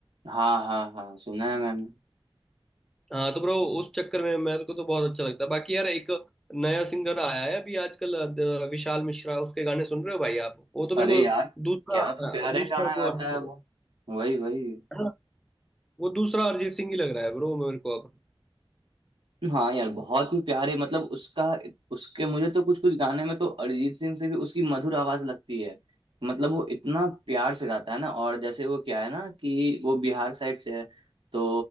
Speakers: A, on the right (about 65°); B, in the centre.
A: हाँ हाँ हाँ सुना है मैंने
B: हाँ तो ब्रो उस चक्कर में मेरे को तो बहुत अच्छा लगता है बाकी यार एक नया सिंगर आया है अभी आजकल अ, द- विशाल मिश्रा उसके गाने सुन रहे हो भाई आप वो तो
A: अरे
B: मेरे को
A: यार
B: दूसरा
A: क्या
B: अ,
A: प्यारे
B: दूसरा
A: गाना गाता
B: वो है
A: है वो वही वही
B: ना वो दूसरा अरिजीत सिंह ही लग रहा है ब्रो मेरे को अब
A: हाँ यार बहुत ही प्यारे मतलब उसका उसके मुझे तो कुछ कुछ गाने में तो अरिजीत सिंह से भी उसकी मधुर आवाज लगती है मतलब वो इतना प्यार से गाता है ना और जैसे वो क्या है ना कि वो बिहार साइड से है तो